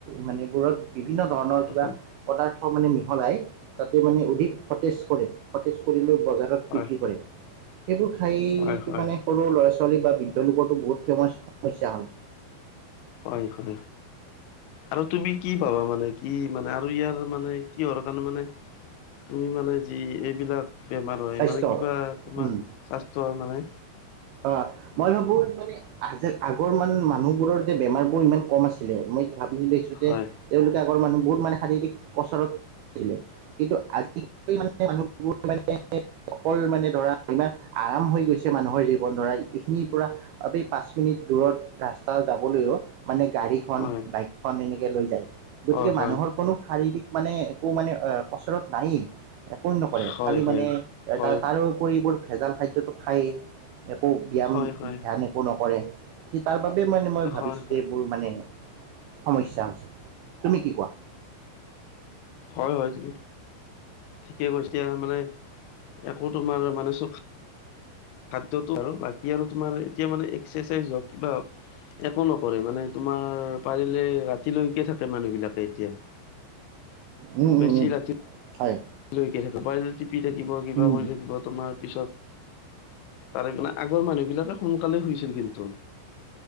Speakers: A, on the right (about 85°); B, on the left (about 80°).
A: মান এইবোৰত বিভিন্ন ধৰণৰ
B: হয়
A: কিবা
B: হয়
A: পদাৰ্থ <unintelligible> মানে মিহলাই তাতে মানে অধিক সতেজ কৰে, সতেজ কৰি বজাৰত
B: হয়
A: বিক্ৰী কৰে, সেইবোৰ খাইটো
B: হয় হয়
A: মানে সৰু ল'ৰা ছোৱালী বা বৃদ্ধ লোকতো বহুত সমস্যা হয়।
B: হয় এইখন আৰু তুমি কি পাবা মানে কি মানে আৰু ইয়াৰ মানে কিহৰ কাৰণে মানে তুমি মানে যি এইবিলাক বেমাৰ হয়
A: স্বাস্থ্য
B: মানে কিবা তোমাৰ
A: উম
B: স্বাস্থ্যৰ মানে
A: অ', মই ভাবোঁ আজ আগৰ মান মানুহ বোৰৰ যে বেমাৰ বোৰ ইমান কম আছিলে মই ভাবি লৈছো যে
B: হয়
A: তেওঁলোকে আগৰ মানুহ বহুত মানে শাৰীৰিক পচৰতছিলে কিন্তু আজিকালি মানে মানুহৰ মানে অকল মানে ধৰা ইমান আৰাম হৈ গৈছে মানুহৰ জ <unintelligible> এইখিনি পৰা এই পাঁচ মিনিট দূৰত ৰাস্তা যাবলৈও মানে গাড়ীখন,
B: হয়
A: বাইকখন, এনেকে লৈ যায় গতিকে
B: হয়
A: মানুহৰ কোনো শাৰীৰিক মানে একো মানে অ, পছৰত নাইয়েই। একো
B: হয়
A: নকৰে খালি
B: হয়
A: মানে
B: হয় হয়
A: তাৰ তাৰ ওপৰি এইবোৰ ভেজাল খাদ্যতটো খায়েই একো ব্যাম
B: হয় হয়
A: ধ্যান একো নকৰে তাৰবাবে মানে মই ভাবিছো
B: হয় হয়
A: যে এইবোৰ মানে সমস্যা হৈছে তুমি কি কোৱা?
B: হয়, হয়, তিবি ঠিকেই কৈ এতিয়া মানে একো তোমাৰ মানে চখ খাদ্যটো আৰু বাকী আৰু তোমাৰ এতিয়া মানে এক্সাৰচাইজ হওক কিবা হওক। একো নকৰে মানে তোমাৰ পাৰিলে ৰাতিলৈকে থাকে মানুহ বিলাকে এতিয়া।
A: উম, উম,
B: বেছি
A: উম,
B: ৰাতি
A: হয়,
B: লৈকে থাকিব পাৰ টিপি থাকিব কিবা
A: উম
B: কৰি থাকিব তোমাৰ পিছত তাৰে মানে আগৰ মানুহবিলাকে সোনকালেই শুইছিল কিন্তু।